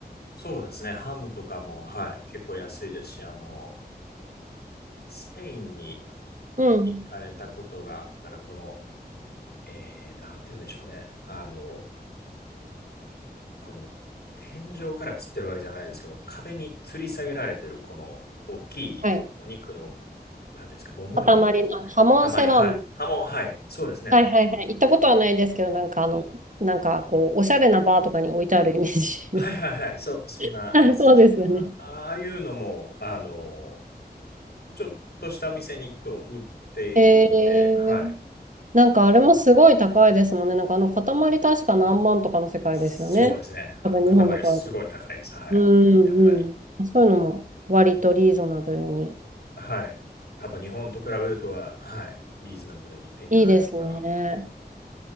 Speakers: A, on the left (about 70°); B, on the right (about 50°).
A: そうですね、ハムとかも、はい、結構安いですし、あのスペインに
B: うん。
A: 行かれたことがあったら、この、えーなんて言うんでしょうね、あのこの天井から吊ってるわけじゃないですけど、壁に吊り下げられてるこの大きいお肉の、
B: はい。
A: なんていうんですか、もも肉です
B: 塊の、あ、ハモンセラーム。
A: かね。塊、はい。あ、もう、はい、そうですね。
B: はいはいはい。行ったことはないですけど、なんかあの、なんかこう、おしゃれなバーとかに置いてあるイメー
A: はいはいはい、
B: ジ。<laughs>
A: そ、そんなやつですね。
B: はい、そうですよね。
A: あ、ああいうのも、あの、ちょっとした店に行くと売っていて、
B: えー、
A: はい。
B: なんかあれもすごい高いですもんね。なんかあの塊確か何万とかの世界ですよね。
A: そうですね。あの、
B: 多分日本で買うと。
A: 塊すごい高いです。はい。
B: うん
A: やっぱり。
B: うん。そういうのも割とリーズナブルに。
A: はい。多分日本と比べるとは、はい。リーズナブルに手に入るのかな
B: いいですね。